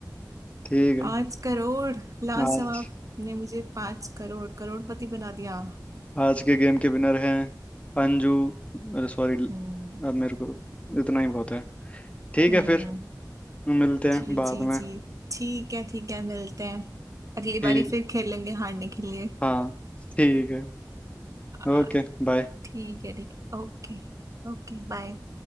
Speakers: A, on the left; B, on the right.
A: ठीक है
B: पांच करोड़ लास्ट
A: आज
B: जवाब ने मुझे पांच करोड़ करोड़पति बना दिया
A: आज के गेम के विनर हैं अंजू अरे सॉरी
B: हम्म
A: अब मेरे को इतना ही बहुत है ठीक
B: हम्म,
A: है फिर मिलते
B: जी
A: हैं बाद
B: जी
A: में
B: जी ठीक है ठीक है मिलते हैं अगली
A: ठीक
B: बारी फिर खेलेंगे हारने के लिए
A: हाँ ठीक है
B: आ,
A: Okay bye
B: ठीक है ठीक है ओके Okay bye